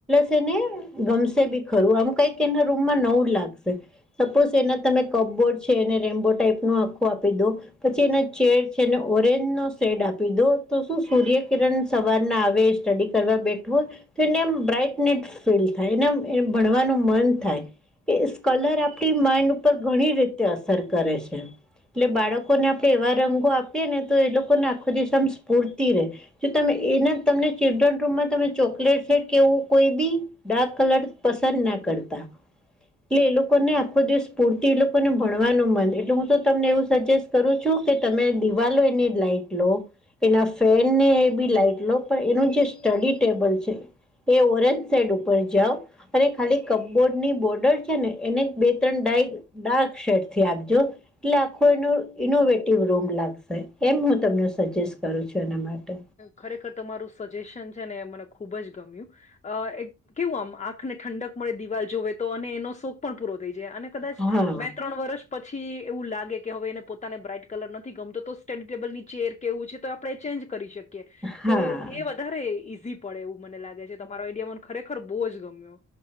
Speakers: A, in the centre; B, on the left.
A: <unintelligible> ને ગમશે બી ખરું આમ કઈ કે એના રૂમમાં નવું લાગશે. સપોઝ એના તમે કબ્બોર્ડ છે એને રેમ્બો ટાઈપનું આખું આપી દો પછી એનો ચેડ છે એને ઓરેન્જનો શેડ આપી દો તો શું સૂર્યકિરણ સવારના આવે સ્ટડી કરવા બેઠવુ હોય તો એને આમ બ્રાઈટનેટ ફીલ થાય એનેમ ભણવાનું મન થાય કે સ્ કલર આપણી માઇન્ડ ઉપર ઘણી રીતે અસર કરે છે. એટલે બાળકોને આપણે એવા રંગો આપીએ ને તો એ લોકોને આખો દિવસ ‌આમ સ્ફૂર્તિ રહેે. જો તમે એના તમને ચિલ્ડ્રન રૂમમાં તમે ચોકલેટ સે કે એવું કોઈ ભી ડાર્ક કલર પસંદ ના કરતા. એટલે એ લોકોને આખો દિવસ સ્ફુર્તિ એ લોકોને ભણવાનું મન એટલે હું તો તમને એવું સજેસ્ટ કરું છું કે તમે દિવાલો એની લાઈટ લો એના ફેનને એબી લાઈટ લો પણ એનું જે સ્ટડી ટેબલ છે એ ઓરેન્જ શેડ ઉપર જાઓ અરે ખાલી કપબોર્ડની બોર્ડર છે ને એને બે ત્રણ ડાઇટ ડાર્ક શેડથી આપજો એટલે આખો એનો ઇનોવેટિવ રૂમ લાગશે. એમ હું તમને સજેસ્ટ કરું છું એના માટે.
B: ખરેખર તમારું સજેશન છેને એ મને ખુબ જ ગમ્યું. અ એક કેવું આમ આંખને ઠંડક મળે દિવાલ જોવે તો અને એનો શો પણ પૂરો થઈ જાય અને કદાચ
A: હા
B: બે-ત્રણ વર્ષ પછી એવું લાગે કે હવે એને પોતાને બ્રાાઈટ કલર નથી ગમતો તો સ્ટડી ટેબલની ચેર કેએવું છે તો આપણે ચેન્જ કરી શકીએ
A: હા
B: તો એ વધારે ઈઝી પડે એવું મને લાગે છે તમારા આઈડિયા મને ખુબ જ ખરેખર બોવ જ ગમ્યો